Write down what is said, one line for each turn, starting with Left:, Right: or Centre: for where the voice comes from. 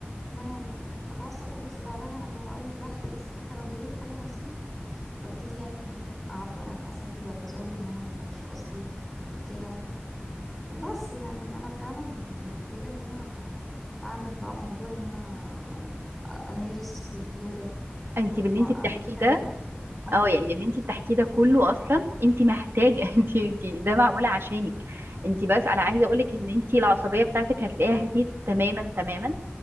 Centre: إن أنا بتعصب اه بس بعدها لما أول ما بهدى بس حتى لو هديت حاجة بسيطة ببتدي يعني أعبر عن أسفي واعتذاري وإن أنا ما كانش قصدي وكده بس يعني انا فعلا محتاجة ان انا اعمل بقى موضوع ان انا أ- امارس اليوجا
Right: انت باللي
Centre: آه،
Right: انت بتحكيه
Centre: من كلامك
Right: ده
Centre: اه
Right: اه يعني اللي انت بتحكيه ده كله اصلا انت محتاجه <laughs> انت انت ده معموله عشانك انت بس انا عايزه اقولك ان انت العصبيه بتاعتك هتلاقيها هديت تماما تماما